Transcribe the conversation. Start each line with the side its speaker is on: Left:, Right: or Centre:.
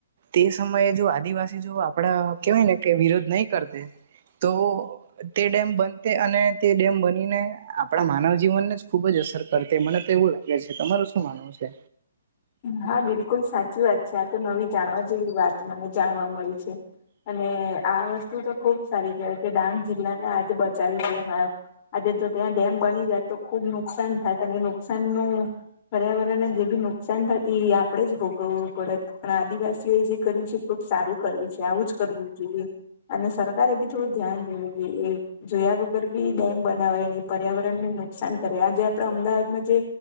Right: તે સમયે જો આદિવાસી જો આપડા કેવાય ને કે વિરોધ નહીં કરતા તો તે ડેમ બનતે અને તે ડેમ બનીને આપણા માનવ જીવનને જ ખુબ જ અસર કરતી મને તો એવું લાગે છે તમાર શું માનું? છે.
Left: હા બિલકુલ સાચી વાત છે આ તો નવી જાણવા જેવી વાત મને જાણવા મળી છે. અને આ વસ્તુ તો ખુબ સારી કેવાય ડાંગ જિલ્લા ને આજે બચાવી દઈએ મારો આજે જો ત્યાં ડેમ બની જાય તો ખુબ નુકસાન થાય એ નુકસાન નું પર્યાવરણને જે બી નુકસાન થતી એ આપણેે જ ભોગવવું પડત પણ આદિવાસીઓ એ જે કયુ છે ખુબ સારું કર્યું છે આવું જ કરવું જોઈએ અને સરકારે એ બી થોડું ધ્યાન દેવું જોઈએ જોયા વગર બી ડેમ બનાવાય નહી પર્યાવરણને નુકસાન કરે આજે આપડે અમદાવાદમાં જે